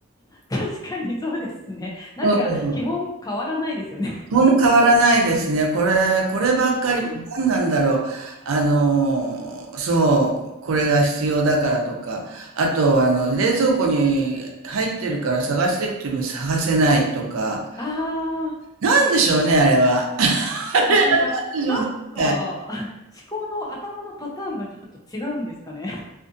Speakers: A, on the left; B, on the right.
A: 確かにそうですね。なんか基本変わらないですよね。
B: うん。ほん変わらないですね。これ、こればっかり、
A: <laughs>
B: 何なんだろう。あの、そう、これが必要だからとか、あと、あの、冷蔵庫に入ってるから探してっても探せないとか、
A: ああ、
B: なんでしょうね、あれは。<laughs>
A: わかります。
B: なんでしょうね
A: なんか、思考の頭のパターンがちょっと違うんですかね。